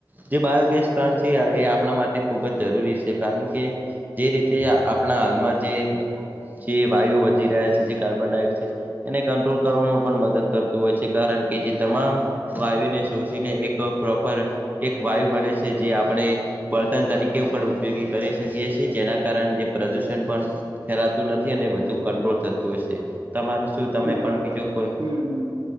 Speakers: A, on the right (about 20°); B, on the right (about 65°).
A: જે બાયોગેસ પ્લાન્ટ છે એ આપણા માટે ખૂબ જ જરૂરી છે કારણ કે જે રીતે આપણા હાલમાં જે જે વાયુ વધી રહ્યા છે જે કાર્બન ડાયોક્સાઇડ એને કંટ્રોલ કરવામાં પણ મદદ કરતું હોય છે કારણ કે જે તમામ વાયુને શોષીને એક પ્રોપર એક વાયુ બને છે જે આપણે બળતન તરીકે ઉપયોગી કરી શકી છીએ જેના કારણે જે પ્રદુષણ પણ ફેલાતું નથી અને વધુ કંટ્રોલ થતું હશે તમારું શું તમે
B: બરાબર
A: પણ બીજું કોઈ
B: હમ હમ